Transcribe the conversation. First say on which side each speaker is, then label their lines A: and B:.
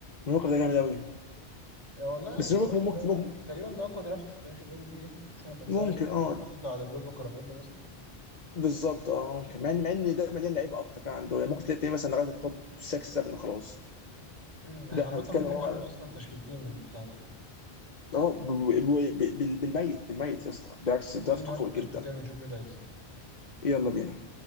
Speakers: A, on the left; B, on the left.
A: لوني ووكر ده جامد قوي
B: يا والله يعني
A: بس
B: الدرافت
A: لوني ووكر ممكن
B: ده
A: ممكن
B: تقريبا ده اقوى درافت في تاريخ الام بي اي مثلا من ساعه
A: ممكن اه
B: الدرافت بتاع ليبرون وكارميلو مثلا
A: بالظبط اه ممكن مع ان مع ان ده مليان لعيبه اكتر كان عنده يعني ممكن تلاقي مثلا لغايه التوب 6 7 وخلاص
B: امم
A: لا
B: احنا
A: احنا
B: عامه
A: بنتكلم
B: ممكن
A: هو
B: نعمل اصلا تشكيلتين من البتاع ده
A: اه ب- ب- ب- ب- بالميت بالميت يا اسطى بالعكس
B: طب
A: الدرافت
B: تيجي نودي
A: قوي
B: تشكيلتين
A: جدا
B: ونشوف مين اللي هيكسب
A: يلا بينا